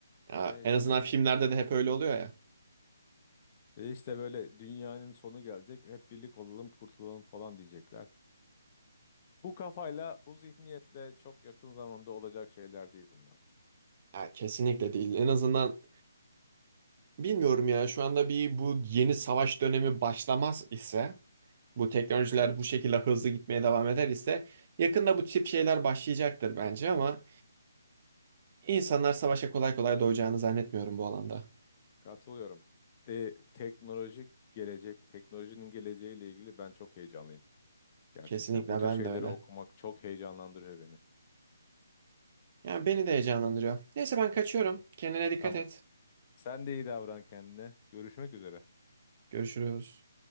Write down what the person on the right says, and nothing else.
Ya,
en
azından filmlerde de hep öyle oluyor ya.
Ya kesinlikle değil. En azından bilmiyorum ya şu anda bir bu yeni savaş dönemi başlamaz ise bu teknolojiler bu şekilde hızlı gitmeye devam eder ise yakında bu tip şeyler başlayacaktır bence ama insanlar savaşa kolay kolay doyacağını zannetmiyorum bu alanda.
Kesinlikle
ben
de öyle.
Yani beni de heyecanlandırıyor. Neyse ben kaçıyorum. Kendine dikkat
et.
Görüşürüz.